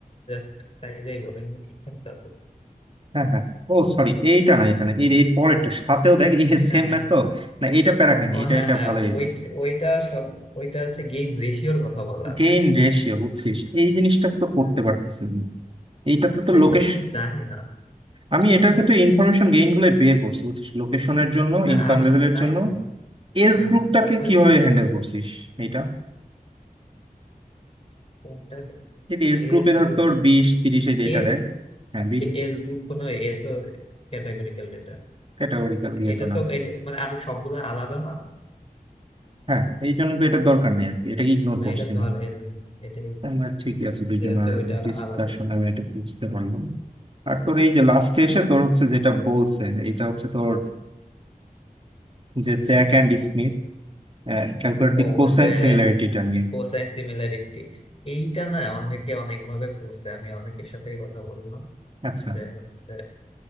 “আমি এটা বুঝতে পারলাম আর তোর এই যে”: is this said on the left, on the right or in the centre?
Right